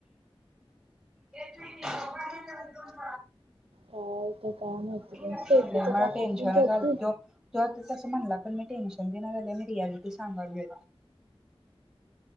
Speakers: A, in the centre; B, on the right.
A: येत नाही तुम
B: काय ते काय माहिती
A: <inaudible>
B: बाई स्टेफीचं
A: मला
B: काय
A: टेन्शन
B: फोन बिन केलती
A: आल्ता आता तस म्हणलात पण मी टेनशन दि ना गले मी रियालिटी सांगा घ